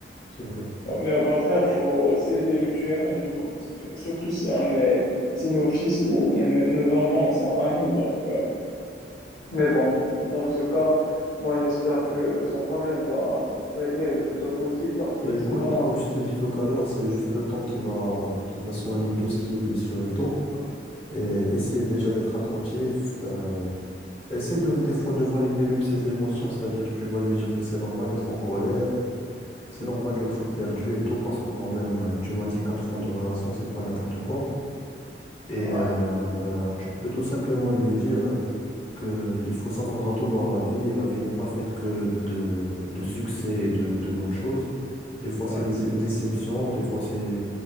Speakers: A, on the left; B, on the left.
A: c'est vrai.
B: Mais au contraire, faut s'aider mutuellement, du coup, surtout si on est, si nos fils ou nos nos enfants sont amis, donc. euh, mais bon, dans ce cas, moi, j'espère que son problème va se régler le plus tôt possible parce que
A: Mais
B: sinon,
A: écoute, comme je t'ai dit tout à l'heure, c'est juste le temps qui va, qui va soigner tout ce qui est blessure et tout.
B: ouais,
A: Et essaye déjà d'être attentif. euh, Essaie de, des fois de valider même ses émotions, c'est-à-dire tu vas lui dire que c'est normal d'être en colère, c'est normal d'être perdu et tout, parce que quand même, euh, tu m'as dit 4 ans de relation, c'est pas n'importe quoi. Et
B: ouais,
A: euh, bah, tu peux tout simplement lui dire que il faut s'attendre à tout dans la vie. La vie n'est pas faite que de, de succès et de, de bonnes choses. Des fois,
B: ouais.
A: c'est des déceptions, des fois, c'est